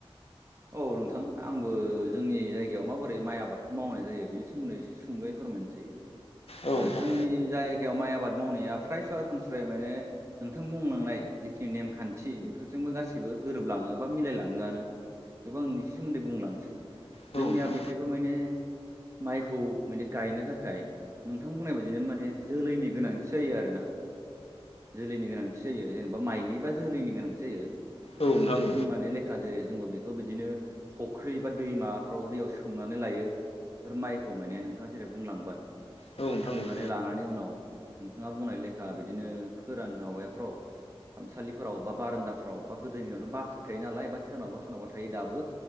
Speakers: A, on the right; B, on the left.
A: औ नोंथां आंबो जोंनि जायगायाव माबोरै माइ आबादखौ मावनाय जायो बेनि सोमोन्दै एसे सुंदयै फोर नोसै
B: औ नोंथां
A: जोंनि जाय जायगायाव माइ आबाद मावनाया फ्राय सरासनस्रायै माने नोंथां बुंलांनाय जिखिनि नेम खान्थि बेफोरजों गासिबो गोरोब लाङोबा मिलायलाङो आनो थेवबो आं इसे सोमोन्दै बुंलांसै
B: औ
A: जोंनिया
B: नोंथां
A: बेहायबो माने माइखौ माने गायनो थाखाय नोंथां बुंनाय बायदिनो माथे जोलैनि गोनांथि जायो आरोना जोलैनि गोनांथि जायो जेनेबा माइलि बा जोलैनि गोनांथि जायो
B: औ
A: नोंथाङा
B: नोंथां
A: जो
B: औ
A: बुंनानै लेखा जेरै जोंबो बेखौ बेखौ बिदिनो फुख्रि बा दैमाफ्राव दैयाव सोमनानै लायो बेफोर माइखौ मायने नोंथाङा जेरै बुंलांबाय
B: औ
A: बेयाव
B: नोंथां
A: सोमनानै
B: औ
A: लानानै उनाव नोंथाङा बुंनाय ले खा बिदिनो फोरान नाव माबाफोराव खामसालिफोराव बा बारान्दाफ्राव बा गोदोनिनावथ' बाख्रि थायो नालाय बा सोरनावबा सोरनावबा थायो दाबो